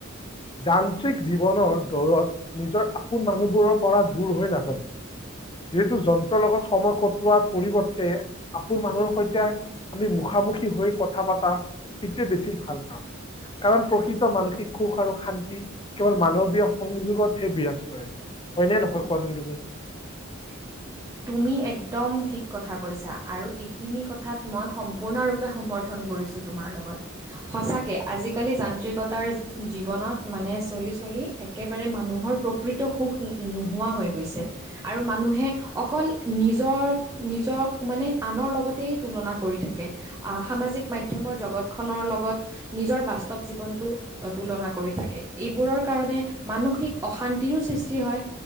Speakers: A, on the left; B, on the right.
A: যান্ত্ৰিক জীৱনৰ দৌৰত নিজৰ আপোন মানুহবোৰৰ পৰা দূৰ হৈ নাযাব যিহেতু যন্ত্ৰৰ লগত সময় কটোৱাৰ পৰিৱৰ্তে আপোন মানুহৰ সৈতে আমি মুখামুখি হৈ কথা পাতা সেইটোৱে বেছি ভাল কাম কাৰণ প্ৰকৃত মানসিক সুখ আৰু শান্তি কেৱল মানৱীয় সংযোগতহে বিৰাজ কৰে হয়নে নহয় কোৱাচোন তুমি
B: <unintelligible> তুমি একদম ঠিক কথা কৈছা আৰু এইখিনি কথাত মই সম্পূৰ্ণৰূপে সমৰ্থন কৰিছো তোমাৰ লগত সচাকে আজি কালি যান্ত্ৰিকতাৰ জীবনত মানে চলিছো চলি একেবাৰে মানুহৰ প্ৰকৃত সুখ নোহোৱা হৈ গৈছে আৰু মানুহে অকল নিজক নিজক মানে আনৰ লগতেই তুলনা কৰি থাকে আ সামাজিক মাধ্যমৰ জগত খনৰ লগত নিজৰ বাস্তৱ জীৱনটো তুলনা কৰি থাকে এইবোৰত কাৰনে মানসিক অশান্তিৰো সৃষ্টি হয়